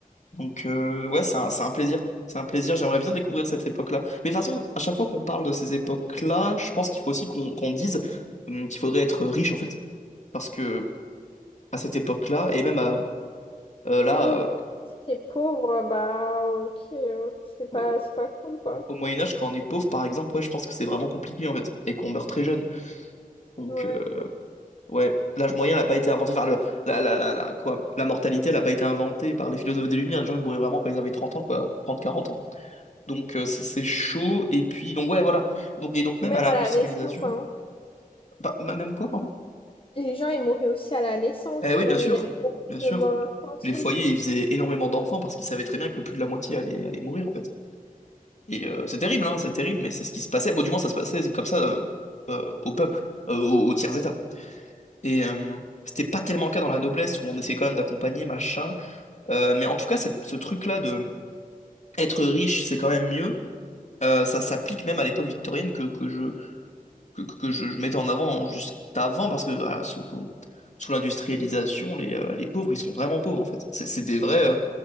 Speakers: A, on the left; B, on the left.
A: Donc, euh, ouais, c'est un, c'est un plaisir. C'est un plaisir. J'aimerais bien découvrir cette époque-là. Mais de toute façon, à chaque fois qu'on parle de ces époques-là, je pense qu'il faut aussi qu'on qu'on dise hum, qu'il faudrait être riche, en fait. Parce que à cette époque-là, et même à, euh, là,
B: Oui,
A: euh,
B: si t'es pauvre, bah ok, euh, c'est pas,
A: au,
B: c'est pas cool, quoi.
A: au Moyen Âge, quand on est pauvre, par exemple, ouais, je pense que c'est vraiment compliqué, en fait, et qu'on meurt très jeune. Donc,
B: Ouais.
A: euh, ouais, l'âge moyen n'a pas été inventé. Enfin, le, la, la, la, la- quoi, la mortalité, elle n'a pas été inventée par les philosophes des Lumières. Les gens, ils mouraient vraiment quand ils avaient 30 ans, quoi, 30 quarante ans. Donc euh, c'est c'est chaud. Et puis, donc ouais, voilà. Donc, et donc
B: Ou
A: même
B: Même
A: à l'industrialisation.
B: à la naissance, hein.
A: bah, m- même quoi, pardon?
B: Les gens, ils mouraient aussi à la naissance,
A: Eh oui, bien
B: où
A: sûr.
B: il y avait beaucoup
A: Bien
B: de
A: sûr.
B: morts infantiles.
A: Les foyers, ils faisaient énormément d'enfants parce qu'ils savaient très bien que plus de la moitié allait, allait mourir, en fait. Et euh, c'est terrible, hein, c'est terrible, mais c'est ce qui se passait. Bon, du moins, ça se passait comme ça euh, euh, au peuple, euh, au, au tiers-état. Et euh, c'était pas tellement le cas dans la noblesse où on essayait quand même d'accompagner, machin. Euh, mais en tout cas, cette- ce truc-là de être riche, c'est quand même mieux. Euh, ça s'applique même à l'époque victorienne que, que je, que, que- que je, je mettais en avant juste avant, parce que ah, sous, sous l'industrialisation, les, euh, les pauvres, ils sont vraiment pauvres, en fait. C'est c'est des vrais... euh,